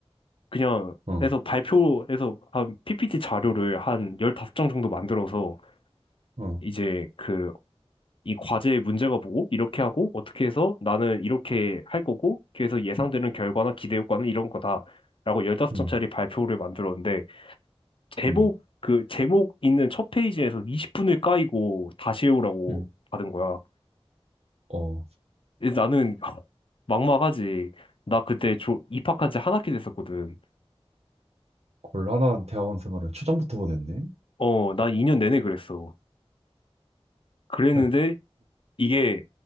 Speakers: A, on the left; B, on the right.
A: 그냥
B: 어,
A: 해서 발표해서 한 PPT 자료를 한 15장 정도 만들어서
B: 어,
A: 이제 그 이 과제의 문제가 뭐고 이렇게 하고 어떻게 해서 나는 이렇게 할 거고 그래서 예상되는 결과나 기대 효과는 이런 거다라고 15장짜리
B: 음,
A: 발표를 만들었는데 제목
B: 음,
A: 그 제목 있는 첫 페이지에서 20분을 까이고 다시 해오라고
B: 음.
A: 받은 거야.
B: 어,
A: 그래서 나는 <laughs> 막막하지. 나 그때 조, 입학한 지 한 학기 됐었거든.
B: 곤란한 대학원 생활을 초장부터 보냈네.
A: 어, 나 2년 내내 그랬어. 그랬는데
B: 네.
A: 이게